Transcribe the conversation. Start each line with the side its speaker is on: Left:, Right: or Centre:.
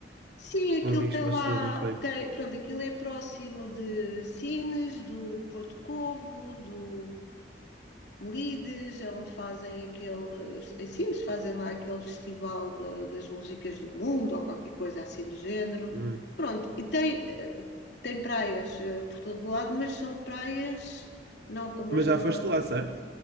Left: Sim, aquilo
Right: Com amigos
Left: tem
Right: faz
Left: lá.
Right: tudo muito bem.
Left: Tem, pronto, aquilo é próximo de Sines, do Porto Covo, do Lides, é onde fazem aqueles em ensinos, fazem lá aquele festival de- das músicas do mundo ou qualquer coisa assim do género.
Right: Hum.
Left: Pronto, e tem, tem praias eh, por todo lado, mas são praias não como
Right: Mas
Left: as
Right: já
Left: do.
Right: foste
Left: lado.
Right: lá, certo?